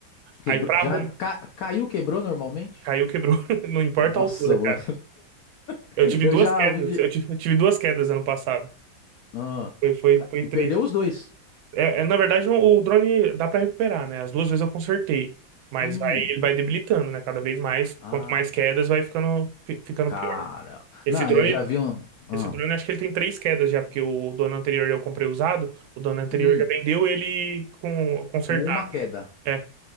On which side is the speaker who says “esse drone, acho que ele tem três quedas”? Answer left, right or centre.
Right